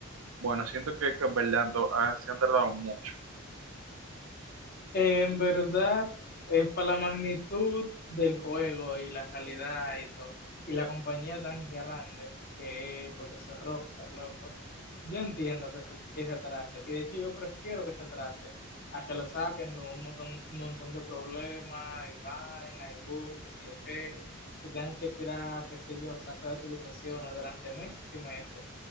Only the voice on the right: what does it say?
bueno, siento que, que en verdad han to- han- se han tardado mucho.